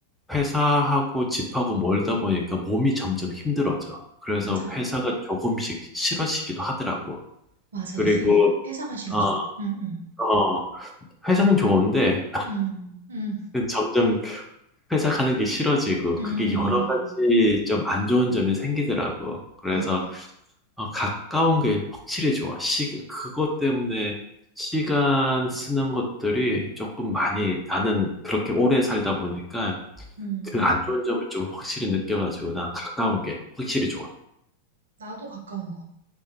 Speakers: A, in the centre; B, on the right (about 65°).
A: 회사하고 집하고 멀다 보니까 몸이 점점 힘들어져. 그래서
B: 맞아.
A: 회사가 조금씩 싫어지기도 하더라고.
B: 맞아.
A: 그리고
B: 이게 회사가 싫어져.
A: 어,
B: 음 음.
A: 어, 회사는 좋은데
B: 음. 음.
A: <laughs> 점점 회사 가는 게 싫어지고
B: 음.
A: 그게 여러 가지
B: 음.
A: 좀 안 좋은 점이 생기더라고. 그래서
B: 음. 음.
A: 어, 가까운 게 확실히 좋아. 시, 그것 때문에 시간 쓰는 것들이 조금 많이 나는 그렇게 오래 살다 보니까
B: 음.
A: 그 안 좋은 점을 좀 확실히 느껴가지고 난 가까운 게 확실히 좋아.
B: 나도 가까운 거.